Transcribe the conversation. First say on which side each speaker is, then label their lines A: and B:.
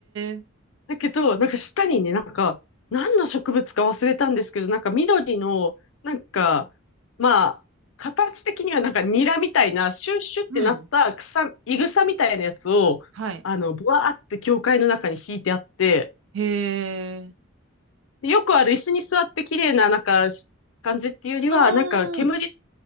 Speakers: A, on the right (about 60°); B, on the left (about 65°).
A: え。
B: だけど、なんか下にね、なんか、何の植物か忘れたんですけど、なんか緑の、なんか、まあ、形的にはなんかニラみたいな、シュッシュってなった草、
A: うん。
B: いぐさみたいなやつを、
A: はい。
B: あの、ブワーって教会の中に引いてあって、
A: へえ。
B: よくある椅子に座って綺麗ななんかし感じっていうよりは、
A: ああ
B: なんか煙、